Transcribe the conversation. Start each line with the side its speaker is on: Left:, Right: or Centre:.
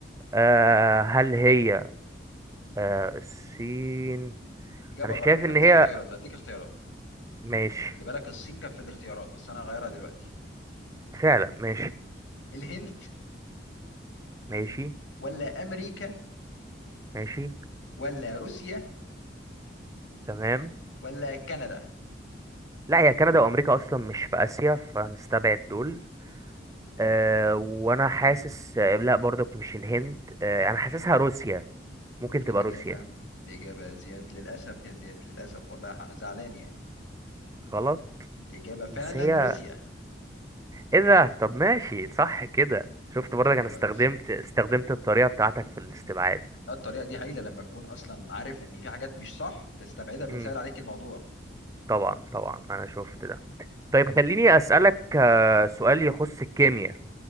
Right: آه، هل هي آه، الصين
Left: اجابه
Right: انا
Left: غلط
Right: شايف ان
Left: هديك
Right: هي
Left: اختيارات هديك اختيارات
Right: ماشي
Left: خلي بالك الصين كانت في الاختيارات بس انا هغيرها دلوقتي
Right: فعلا ماشي
Left: الهند
Right: ماشي
Left: ولا امريكا
Right: ماشي
Left: ولا روسيا
Right: تمام
Left: ولا كندا
Right: لا هي كندا وامريكا اصلا مش في اسيا فهنستبعد دول أه وانا حاسس آه، لا برضك مش الهند أه انا حاسسها روسيا ممكن تبقى
Left: الاجابه
Right: روسيا
Left: الاجابه يا زياد للاسف يا زياد للاسف والله انا زعلان يعني
Right: غلط
Left: الاجابه فعلا
Right: بس هي
Left: روسيا
Right: ايه ده طب ماشي صح كده شفت برضك
Left: الاجابه
Right: انا استخدمت
Left: روسيا
Right: استخدمت الطريقة بتاعتك في الاستبعاد
Left: لا الطريقه دي هايله لما تكون اصلا عارف ان في حاجات مش صح تستبعدها بتسهل
Right: امم
Left: عليك الموضوع
Right: طبعا طبعا انا شفت ده طيب خليني اسالك آه، سؤال يخص الكيمياء